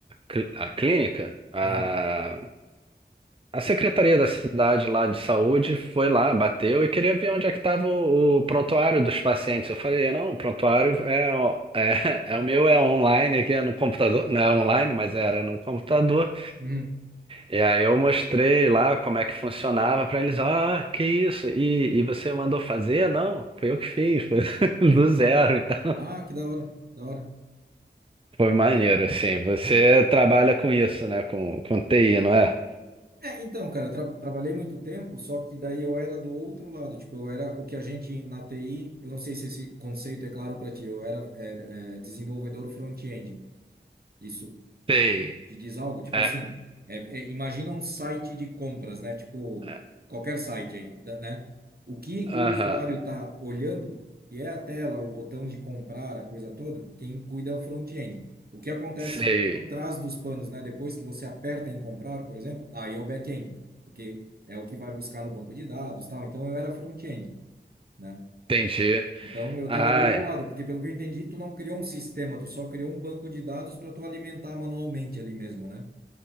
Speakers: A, on the right (about 30°); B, on the right (about 55°).
A: cl- a clínica, a,
B: Aham.
A: a secretaria da cidade lá de saúde foi lá, bateu e queria ver onde é que estava o, o prontuário dos pacientes. Eu falei, não, o prontuário é, o- <laughs> é, é o meu, é online aqui, é no computador. Não é online, mas era no computador.
B: Uhum.
A: E aí eu mostrei lá como é que funcionava pra eles, ah, que isso? E, e você mandou fazer? Não, foi eu que fiz, foi <laughs> do zero, então.
B: Ah, que da hora, da hora.
A: Foi maneiro, assim. Você trabalha com isso, né? Com, com TI, não é?
B: É, então, cara, tra trabalhei muito tempo, só que daí eu era do outro lado, tipo, eu era o que a gente na TI, eu não sei se esse conceito é claro para ti, eu era é, é, desenvolvedor front-end. Isso
A: Sei.
B: Te diz algo? Tipo
A: É,
B: assim, é- é, imagina um site de compras, né? Tipo,
A: é,
B: qualquer site aí, da- né? O que
A: aham,
B: o usuário está olhando, que é a tela, o botão de comprar, a coisa toda, quem cuida é o front-end. O que acontece
A: sei.
B: por trás dos panos, né? Depois que você aperta em comprar, por exemplo, aí é o back-end, porque é o que vai buscar no banco de dados, tal. Então eu era front-end, né?
A: Entendi.
B: Então eu estava
A: Ah,
B: do outro lado, porque pelo que eu entendi, tu não criou um sistema, tu só criou um banco de dados para tu alimentar manualmente ali mesmo, né?